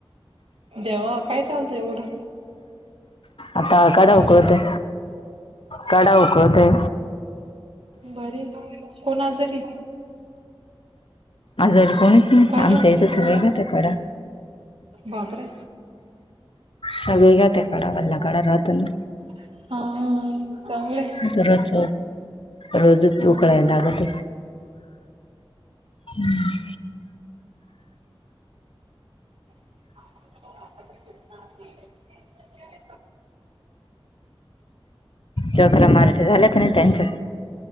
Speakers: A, on the right; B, on the left.
A: देवा, काय चालतं एवढं.
B: आता कडा
A: चुल्यावर
B: उकळते, कडा उकळते.
A: बर, कोण आजारी?
B: आजारी कोणीच नाही,
A: काय
B: आमच्या
A: झालं
B: इथं सगळे घेते कडा.
A: बापरे!
B: सगळी ग तेकाड वालकड राहतन.
A: हा! चांगलंय
B: तर रच रोजच
A: हम्म
B: उकळाय
A: हम्म
B: लागत. हम्म.
A: ह.
B: चकरा ला मारच झाले क त्यानच्या?